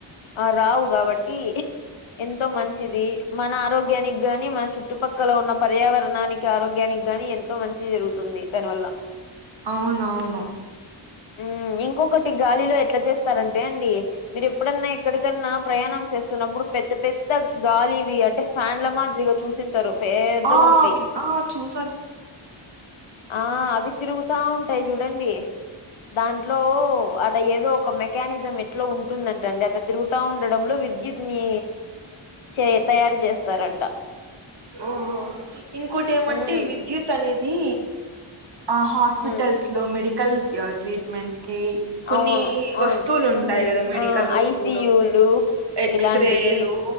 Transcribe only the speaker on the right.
అవునవును.
ఆ!
విన్ ఆ చుస్.
ఓహో. ఇంకోటి ఏమంటే
ఈ విద్యుత్ అనేదీ ఆ హాస్పిటల్స్
లో మెడి. కల్ ట్రీట్మెట్స్ కి. కొన్ని
వస్తువులు ఉంటాయి
గదా మెడికల్
వస్తువులు.
ఎక్స్రేలు.